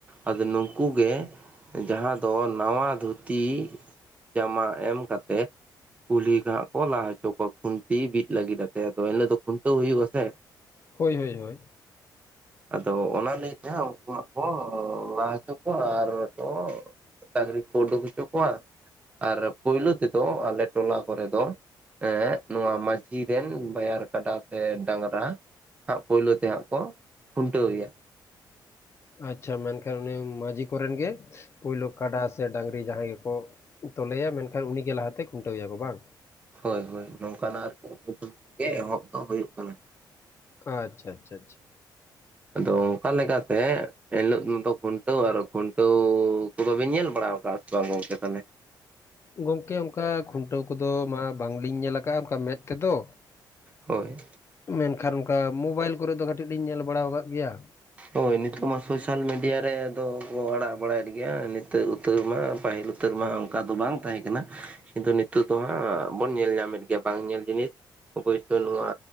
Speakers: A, on the right (about 15°); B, on the left (about 35°).
A: ᱟᱫᱚ ᱱᱩᱠᱩ ᱜᱮ ᱡᱟᱦᱟᱸ ᱫᱚ ᱱᱟᱣᱟ ᱫᱷᱩᱛᱤ ᱡᱟᱢᱟ ᱮᱢ ᱠᱟᱛᱮ ᱠᱩᱞᱦᱤ ᱠᱚ ᱦᱟᱸᱜ ᱠᱚ ᱞᱟᱦ ᱦᱚᱪᱚ ᱠᱚᱣᱟ ᱠᱷᱩᱱᱴᱤ ᱵᱤᱫ ᱞᱟᱹᱜᱤᱫ ᱟᱛᱮ ᱟᱫᱚ ᱤᱱᱟᱹ ᱫᱚ ᱠᱷᱩᱱᱴᱟᱹᱣ ᱦᱩᱭᱩᱜᱼᱟ ᱥᱮ
B: ᱦᱳᱭ ᱦᱳᱭ ᱦᱳᱭ
A: ᱟᱫᱚ ᱚᱱᱟ ᱞᱟᱹᱭ ᱛᱮᱦᱟᱸᱜ ᱩᱱᱠᱩ ᱦᱟᱸᱜ ᱠᱚ ᱞᱟ ᱦᱚᱪᱚ ᱠᱚᱣᱟ ᱟᱨ ᱠᱚ ᱰᱟᱝᱨᱤ ᱠᱚ ᱩᱰᱩᱠ ᱦᱚᱪᱚ ᱠᱚᱣᱟ ᱟᱨ ᱯᱳᱭᱞᱳ ᱛᱮᱫᱚ ᱟᱞᱮ ᱴᱚᱞᱟ ᱠᱚᱨᱮ ᱫᱚ ᱮᱸᱜ ᱱᱚᱣᱟ ᱢᱟᱹᱡᱷᱤ ᱨᱮᱱ ᱵᱟᱭᱟᱨ ᱠᱟᱰᱟ ᱥᱮ ᱰᱟᱝᱨᱟ ᱦᱟᱸᱜ ᱯᱳᱭᱞᱳ ᱛᱮ ᱦᱟᱸᱜ ᱠᱚ ᱠᱷᱩᱱᱴᱟᱹᱣ ᱮᱭᱟ
B: ᱟᱪᱪᱷᱟ ᱢᱮᱱᱠᱷᱟᱱ ᱩᱱᱤ ᱢᱟᱹᱡᱷᱤ ᱠᱚᱨᱮᱱ ᱜᱮ ᱯᱳᱭᱞᱳ ᱠᱟᱰᱟ ᱥᱮ ᱰᱟᱝᱨᱤ ᱡᱟᱦᱟᱸᱭ ᱜᱮᱠᱚ ᱛᱚᱞᱮᱭᱟ ᱢᱮᱱᱠᱷᱟᱱ ᱩᱱᱤᱜᱮ ᱞᱟᱦᱟᱛᱮ ᱠᱷᱩᱱᱴᱟᱹᱣ ᱮᱭᱟ ᱠᱚ ᱵᱟᱝ
A: ᱦᱳᱭ ᱦᱳᱭ ᱱᱚᱝᱠᱟᱱᱟᱜ ᱟᱨᱠᱤ <inaudible> ᱜᱮ ᱮᱦᱚᱵ ᱫᱚ ᱦᱩᱭᱩᱜ ᱠᱟᱱᱟ
B: ᱟᱪᱪᱷᱟ ᱟᱪᱪᱷᱟ ᱟᱪᱪᱷᱟ
A: ᱟᱫᱚ ᱚᱱᱠᱟ ᱞᱮᱠᱟᱛᱮ ᱮᱱ ᱦᱤᱞᱳᱜ ᱢᱟᱛᱚ ᱠᱷᱩᱱᱴᱟᱹᱣ ᱟᱨᱚ ᱠᱷᱩᱱ ᱴᱟᱹᱣ ᱠᱚᱫᱚ ᱵᱤᱱ ᱧᱮᱞ ᱵᱟᱲᱟ ᱟᱠᱟᱫᱟᱼᱟ ᱥᱮ ᱵᱟᱝ ᱜᱚᱝᱠᱮ ᱛᱟᱦᱚᱞᱮ
B: ᱜᱚᱢᱠᱮ ᱚᱱᱠᱟ ᱠᱷᱩᱱᱴᱟᱹᱣ ᱠᱚᱫᱚ ᱢᱟ ᱵᱟᱝᱞᱤᱧ ᱧᱮᱞ ᱟᱠᱟᱜᱼᱟ ᱚᱱᱠᱟ ᱢᱮᱫ ᱛᱮᱫᱚ
A: ᱦᱳᱭ
B: ᱢᱮᱱᱠᱷᱟᱱ ᱚᱱᱠᱟ ᱢᱳᱵᱟᱭᱤᱞ ᱠᱚᱨᱮᱫ ᱫᱚ ᱠᱟᱹᱴᱤᱡ ᱞᱤᱧ ᱧᱮᱞ ᱵᱟᱲᱟ ᱟᱠᱟᱫ ᱜᱮᱭᱟ
A: ᱦᱳᱭ ᱱᱤᱛᱚᱜ ᱢᱟ ᱥᱳᱥᱟᱞ ᱢᱤᱰᱤᱭᱟ ᱨᱮ ᱫᱚ ᱠᱚ ᱟᱲᱟᱜ ᱵᱟᱲᱟᱭᱮᱫ ᱜᱮᱭᱟ ᱱᱤᱛᱚᱜ ᱩᱛᱟᱹᱨ ᱢᱟ ᱯᱟᱹᱦᱤᱞ ᱩᱛ ᱛᱟᱹᱨ ᱢᱟ ᱚᱱᱠᱟ ᱫᱚ ᱵᱟᱝ ᱛᱟᱦᱮᱸ ᱠᱟᱱᱟ ᱠᱤᱱᱛᱩ ᱱᱤᱛᱚᱜ ᱫᱚ ᱦᱟᱸᱜ ᱵᱚᱱ ᱧᱮᱞ ᱧᱟᱢᱮᱫ ᱜᱮᱭᱟ ᱵᱟᱝ ᱧᱮᱞ ᱡᱤᱱᱤᱥ ᱚᱵᱚᱥᱥᱳᱭ ᱱᱚᱣᱟ